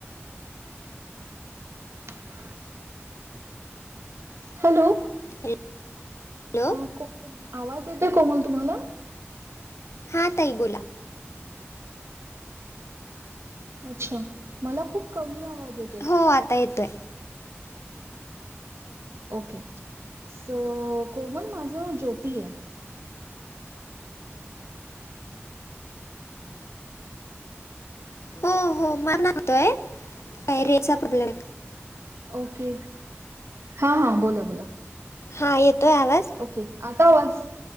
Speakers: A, on the right; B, on the left.
A: <inaudible> Hello!
B: <inaudible> Hello
A: हा आवाज येतोय कोमल तुम्हाला?
B: हां ताई बोला.
A: अच्छा मला खूप कमी आवाज येत-
B: हो आता येतोय.
A: ओके, सो कोमल माझं ज्योती आहे. <inaudible>
B: हो हो मला मातोय काय रेंजचा प्रॉब्लेम आहे.
A: ओके हां हां बोला बोला.
B: हा येतोय आवाज?
A: ओके आता आवाज,